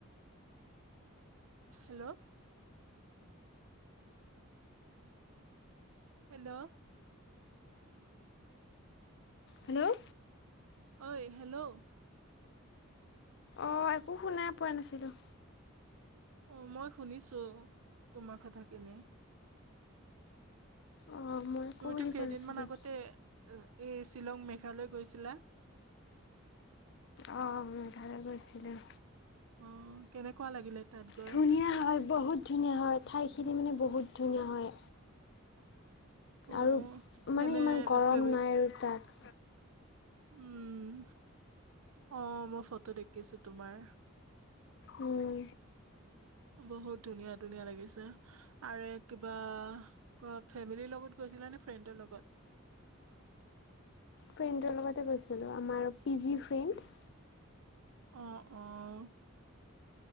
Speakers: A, on the right (about 80°); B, on the left (about 55°).
A: hello hello
B: hello
A: ঐ হেল্ল'
B: অ' একো শুনাই পোৱা নাছিলোঁ।
A: অ' মই শুনিছো তোমাৰ কথাখিনি।
B: অঁ মই একো
A: তুমিতো
B: শুনি
A: কেইদিনমান
B: পোৱা নাছিলোঁ
A: আগতে এ এই শ্বিলং মেঘালয় গৈছিলা?
B: অ' মেঘালয় গৈছিলোঁ।
A: অ' কেনেকুৱা লাগিলে? তাত গৈ?
B: ধুনীয়া হয়, বহুত ধুনীয়া হয়, ঠাইখিনি মানে বহুত ধুনীয়া হয়।
A: অ'
B: আৰু মানে
A: এনে
B: ইমান গৰম
A: ফেমি
B: নাই আৰু তাত।
A: উম, অ' মই ফটো দেখিছোঁ তোমাৰ।
B: উম।
A: বহুত ধুনীয়া ধুনীয়া লাগিছে। আৰে কিবা ক ফেমিলিৰ গৈছিলা বে ফ্ৰেণ্ডৰ লগত?
B: ফ্ৰেণ্ডৰ লগতে গৈছিলোঁ, আমাৰ পি জি ফ্ৰেণ্ড।
A: অ' অ'।